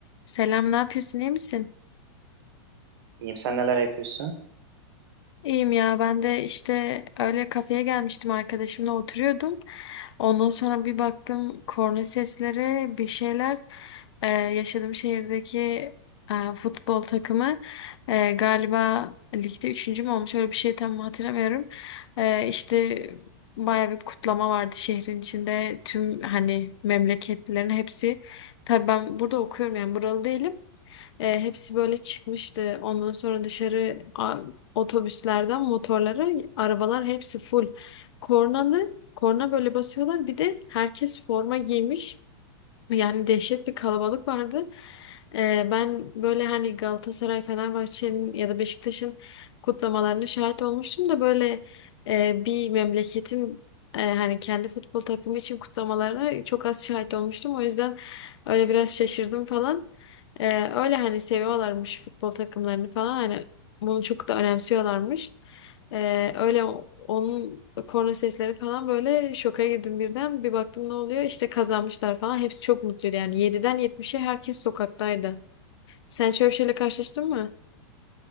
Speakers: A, on the left; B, on the right.
A: Selam, ne yapıyorsun? iyi misin?
B: İyiyim sen neler yapıyorsun?
A: İyiyim ya ben de işte öyle kafeye gelmiştim arkadaşımla oturuyordum. Ondan sonra bir baktım korna sesleri bir şeyler Ee, yaşadığım şehirdeki e, futbol takımı e, galiba ligde üçüncü mü olmuş öyle bir şey tam hatırlamıyorum. Ee, işte baya bir kutlama vardı şehrin içinde tüm hani memleketlilerin hepsi. Tabii ben burada okuyorum yani buralı değilim. E, hepsi böyle çıkmıştı. Ondan sonra dışarı otobüslerden motorlara arabalar hepsi full. Kornalı korna böyle basıyorlar. Bir de herkes forma giymiş. Yani dehşet bir kalabalık vardı. Ee, ben böyle hani Galatasaray, Fenerbahçe'nin ya da Beşiktaş'ın kutlamalarına şahit olmuştum da böyle e, bir memleketin e, hani kendi futbol takımı için kutlamalarına çok az şahit olmuştum. O yüzden öyle biraz şaşırdım falan. Ee, öyle hani seviyorlarmış futbol takımlarını falan hani bunu çok da önemsiyorlarmış. Ee, öyle o- onun korna sesleri falan böyle şoka girdim birden. Bir baktım ne oluyor? İşte kazanmışlar falan. Hepsi çok mutluydu yani. yediden yetmişe herkes sokaktaydı. Sen şöyle bir şeyle karşılaştın mı?